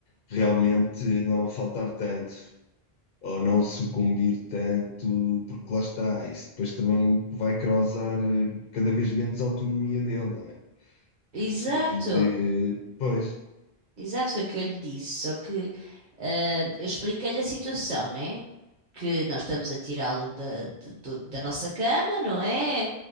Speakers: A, on the left; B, on the right.
A: realmente não faltar tanto. ou não sucumbir tanto, porque lá está, isso depois também vai causar eh, cada vez menos autonomia dele, não é?
B: Exato,
A: Ele precisa de. Pois,
B: exato, foi o que eu lhe disse. Só que eh, eu expliquei-lhe a situação, né? que nós estamos a tirá-lo da, de- do- da nossa cama, não é?